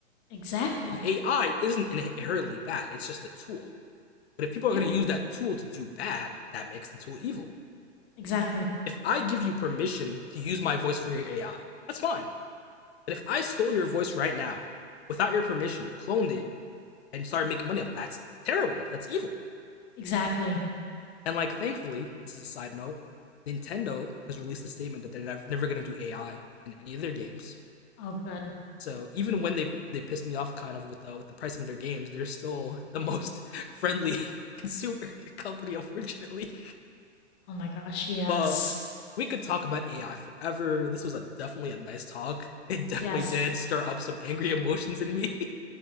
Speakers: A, on the left; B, on the left.
A: Exactly.
B: The AI isn't inherently bad, it's just a tool. But if people
A: Yep.
B: are going to use that tool to do bad, that makes the tool evil.
A: Exactly.
B: If I give you permission to use my voice for your AI, that's fine. But if I stole your voice right now without your permission, cloned it, and started making money off, that's terrible. That's evil.
A: Exactly.
B: And like, thankfully, this is a side note. Nintendo has released a statement that they're never, never going to do AI in any of their games.
A: Oh, good.
B: So even when they they piss me off kind of with the with the pricing of their games, they're still the most friendly <laughs> consumer company, unfortunately.
A: Oh my gosh. Yes.
B: But we could talk about AI forever. This was a definitely a nice talk. <laughs> It definitely
A: Yes.
B: did stir up some angry emotions in me.